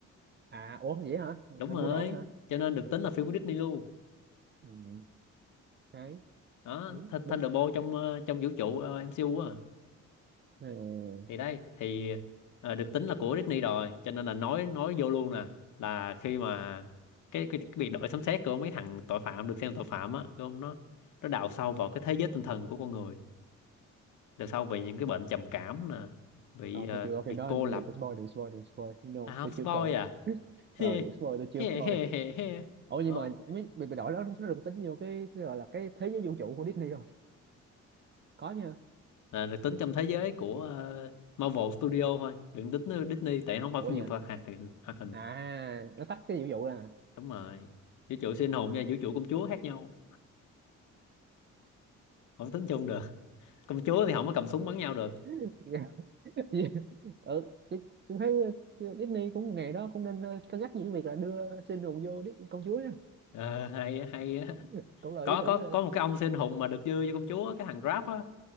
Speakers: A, on the right (about 35°); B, on the left (about 75°).
A: à ủa vậy hả
B: đúng
A: anh
B: rồi
A: mua rồi hả
B: cho nên được tính là phim của Disney luôn
A: ừ, đấy
B: đó
A: đúng
B: Th-
A: đúng
B: Thunderbolt trong ờ, trong vũ trụ ờ, MCU á
A: ừ.
B: thì đây thì ờ, được tính là của Disney rồi cho nên là nói nói vô luôn nè là khi mà cái, cái, cái việc đổi sấm sét của mấy thằng tội phạm được xem là tội phạm á đúng không nó nó đào sâu vào cái thế giới tinh thần của con người đào sâu về những cái bệnh trầm cảm nè bị
A: Ờ,
B: ờ,
A: tôi chưa coi
B: bị
A: phim đó
B: cô
A: anh
B: lập
A: đừng có spoil đừng spoil đừng spoil no
B: à
A: tôi
B: houseboy
A: chưa coi
B: à
A: <laughs>
B: <laughs> he
A: ờ đừng spoil tôi chưa
B: he
A: coi
B: he he he
A: ủa
B: ok
A: nhưng mà mấy bị bị đổi đó nó được tính nhiều cái, cái gọi là cái thế giới vũ trụ của Disney không có nha
B: là được tính trong thế giới của ờ, Marvel Studio thôi đừng tính ờ, Disney tại nó không phải
A: ủa
B: phim
A: vậy
B: nhiều
A: à
B: hoạt hoạt hình hoạt hình
A: À, nó tách cái vũ trụ là
B: đúng rồi vũ trụ siêu anh hùng và vũ trụ công chúa khác nhau không tính chung được công chúa thì không có cầm súng bắn nhau được
A: À. <laughs> <laughs> ừ, chị, chị thấy ờ, Disney cũng ngày đó cũng nên ờ, cân nhắc những việc là đưa Sinu vô Dis công chúa nhá
B: Ờ, hay á, hay á.
A: <laughs> cũng là
B: có
A: ý tưởng
B: có
A: ờ,
B: có một cái ông siêu anh hùng mà được dư cho công chúa cái thằng Grab á